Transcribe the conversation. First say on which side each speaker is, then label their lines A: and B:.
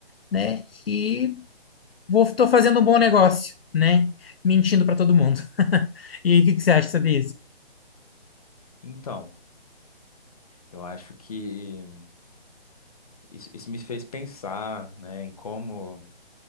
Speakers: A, on the left; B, on the left.
A: né? E Vou, tô fazendo um bom negócio, né? Mentindo para todo mundo. <laughs> E aí, o que que você acha sobre isso?
B: Então, eu acho que isso, isso me fez pensar, né, em como